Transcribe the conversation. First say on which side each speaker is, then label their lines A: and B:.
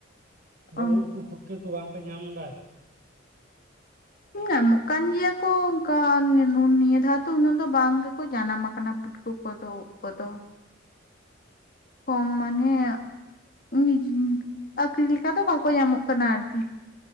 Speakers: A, on the left; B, on the right.
A: ᱚ
B: ᱟᱫᱚ ᱩᱫ ᱠᱚ, ᱯᱩᱴᱠᱟᱹ ᱠᱚ ᱵᱟᱝ ᱯᱮ ᱧᱟᱢ ᱮᱫᱟ?
A: ᱧᱟᱢᱚᱜ ᱠᱟᱱ ᱜᱮᱭᱟ ᱠᱚ, ᱚᱝᱠᱟ ᱱᱮ ᱱᱤᱭᱟᱹ ᱫᱷᱟᱣ ᱫᱚ ᱩᱱᱟᱹᱜ ᱫᱚ ᱵᱟᱝ ᱜᱮᱠᱚ ᱡᱟᱱᱟᱢᱟ ᱠᱟᱱᱟ᱾ ᱩᱫ ᱠᱚᱫᱚ, ᱩᱫ ᱠᱚᱫᱚ ᱠᱚᱢ ᱢᱟᱱᱮ ᱩᱱᱤ ᱟᱹᱠᱷᱨᱤᱧ ᱞᱮᱠᱟ ᱫᱚ ᱵᱟᱠᱚ ᱧᱟᱢᱚᱜ ᱠᱟᱱᱟ ᱟᱹᱨᱠᱤ᱾